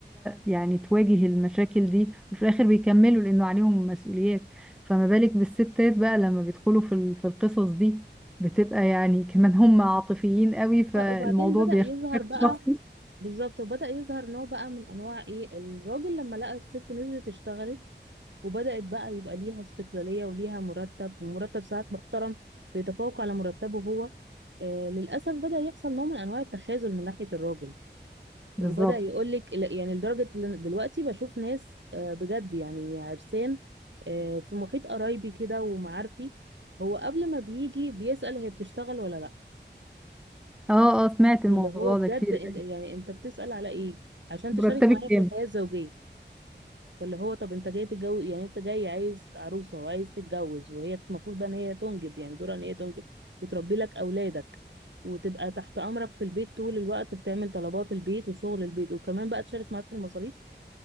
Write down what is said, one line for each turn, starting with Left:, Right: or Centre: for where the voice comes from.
Centre: يعني تواجه المشاكل دي وفي الآخر بيكملوا لأنه عليهم مسؤوليات فما بالك بالستات بقى لما بيدخلوا في ال- في القصص دي بتبقى يعني كمان هم عاطفيين قوي فالموضوع
Right: لا وبعدين بدأ
Centre: بياخد
Right: يظهر
Centre: شكل
Right: بقى
Centre: شخصي
Right: بالظبط وبدأ يظهر نوع بقى من انواع ايه الراجل لما لقى الست نزلت اشتغلت وبدأت بقى يبقى ليها استقلالية وليها مرتب ومرتب ساعات محترم بيتفوق على مرتبه هو آه للأسف بدأ يحصل نوع من انواع التخاذل من ناحية الراجل
Centre: بالظبط
Right: وبدأ يقولك لا- يعني لدرجة إن دلوقتي بشوف ناس آه بجد يعني عرسان آه في محيط قرايبي كده ومعارفي هو قبل ما بيجي بيسأل هي بتشتغل ولا لا
Centre: اه اه سمعت الموضوع
Right: اللي هو بجد
Centre: ده كتير
Right: إن- يعني انت بتسأل على ايه عشان تشارك
Centre: مرتبك
Right: معاه في
Centre: كام
Right: الحياة الزوجية فاللي هو طب انت جاي تتجوز يعني انت جاي عايز عروسة وعايز تتجوز وهي المفروض بقى ان هي تنجب يعني دورها ان هي تنجب وتربي لك اولادك وتبقى تحت امرك في البيت طول الوقت بتعمل طلبات البيت وشغل البيت وكمان بقى تشارك معاك في المصاريف